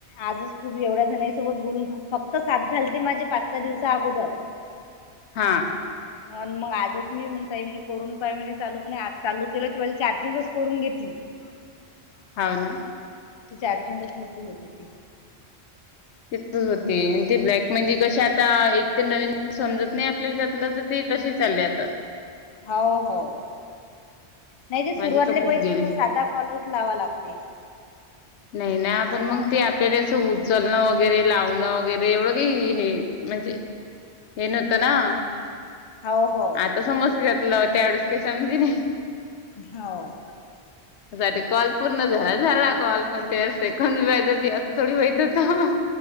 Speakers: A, on the left; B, on the left.
A: आजच खूप एवढ्या जणईसोबत बोलून फक्त सात झालते माझे पाच सहा दिवसा अगोदर. <unintelligible>
B: हां.
A: <inaudible> आणि मग आजच मी मग ताई, म्ह करून पाय म्ह चालू म्हणे आज चालू केल्या चार्जिंगच करून घेतली. <inaudible>
B: हाव ना?
A: ती चारशेवीस मधली होती ती.
B: तिथं होते, आणि ते ब्लॅक म्हणजे कसे आता एक तर नवीन समजत नाही, आपल्याला त्यातलं तर ते तसे चालले आता.
A: हो हो, नाही ते
B: माझे
A: सुरुवातले
B: तर खूप
A: पहिले
B: गेले
A: तस साधा कॉलच लावा लागते
B: नाही ना आपण
A: सा
B: मग ते आपल्याला असं उचलणं मग. वगैरे लावणं वगैरे एवढं काही हे म्हणजे. हे नव्हतं ना
A: हो हो
B: आता समज घेतलं होतं अडतीस आणि की नई.
A: हो. <inaudible>
B: सा कॉल पूर्ण झारा झाला कॉल पण त्या सेकंड व्याजी असं थोडी माहत होत.